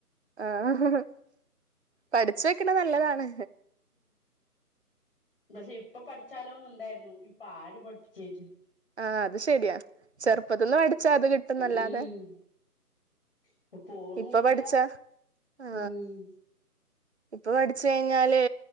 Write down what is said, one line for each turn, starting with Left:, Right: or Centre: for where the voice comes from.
Right: ആഹ് പഠിച്ച് വെക്കണ നല്ലതാണ്.
Left: പക്ഷെ ഇപ്പൊ പഠിച്ചാലോ ഒന്ന്‌ ഉണ്ടായിരുന്നു. ഇപ്പൊ ആര് പഠിപ്പിച്ചര്ണ്.
Right: ആഹ് അത് ശെരിയാ. ചെറുപ്പത്ത്ന്ന്‌ പടിച്ചാ അത് കിട്ടുന്നല്ലാതെ,
Left: ഉം ഇപ്പൊ പോണൂല്ല
Right: ഇപ്പ പഠിച്ചാ ആ.
Left: ഉം
Right: ഇപ്പ പഠിച്ച് കഴിഞ്ഞാല്